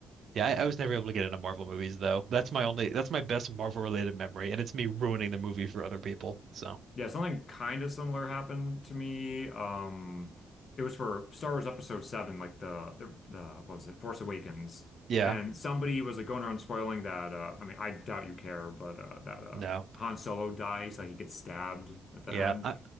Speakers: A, on the right (about 55°); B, on the left (about 50°).
A: Yeah, I, I was never able to get into Marvel movies though. That's my only, that's my best Marvel related memory, and it's me ruining the movie for other people. So
B: Yeah, something kind of similar happened to me. Um, it was for Star Wars Episode 7, like the, the, the, what was it, Force Awakens.
A: yeah,
B: And somebody was like going around spoiling that, uh, I mean, I doubt you care, but uh, that uh,
A: no.
B: Han Solo dies, like he gets stabbed at the
A: Yeah,
B: end.
A: I,